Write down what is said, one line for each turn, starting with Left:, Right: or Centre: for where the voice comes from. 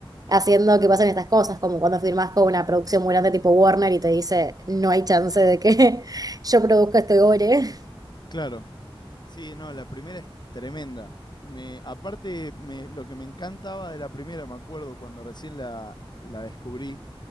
Right: haciendo que pasen estas cosas, como cuando firmas con una producción muy grande tipo Warner y te dice, no hay chance de que <laughs> yo produzca este gore.
Left: Claro. Sí, no, la primera es tremenda. Me, aparte, me, lo que me encantaba de la primera, me acuerdo cuando recién la, la descubrí,